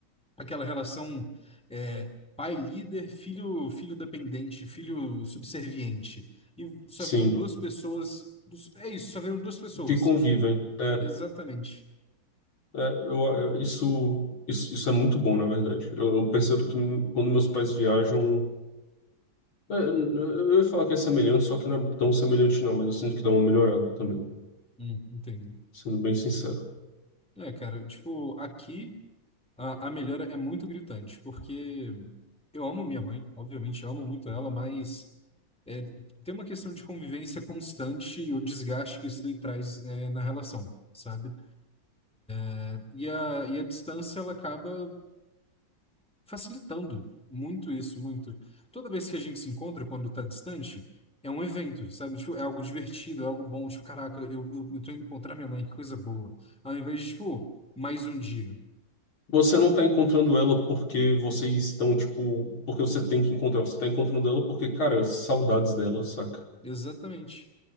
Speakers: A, in the centre; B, on the left.
A: aquela relação é, pai líder, filho filho dependente, filho subserviente. E só
B: sim,
A: viram duas pessoas. dos- É isso, só viram duas pessoas
B: que convivem.
A: que
B: É,
A: exatamente.
B: é, eu, eu- isso, isso, isso é muito bom, na verdade. Eu, eu percebo que quando meus pais viajam, é, eu ia falar que é semelhante, só que não é tão semelhante não, mas eu sinto que dá uma melhorada também.
A: Hum, entendo.
B: sendo bem sincero.
A: É, cara, tipo, aqui a, a melhora é muito gritante, porque eu amo minha mãe, obviamente, eu amo muito ela, mas é, tem uma questão de convivência constante e o desgaste que isso daí traz é, na relação, sabe? É, E a, e a distância, ela acaba facilitando muito isso, muito. Toda vez que a gente se encontra, quando tá distante, é um evento, sabe? Tipo, é algo divertido, é algo bom. Tipo, caraca, eu, eu, eu tô indo encontrar minha mãe, que coisa boa. Ao invés de, tipo, mais um dia.
B: Você não tá encontrando ela porque vocês estão, tipo, porque você tem que encontrar. Você tá encontrando ela porque, cara, saudades dela, saca?
A: Exatamente.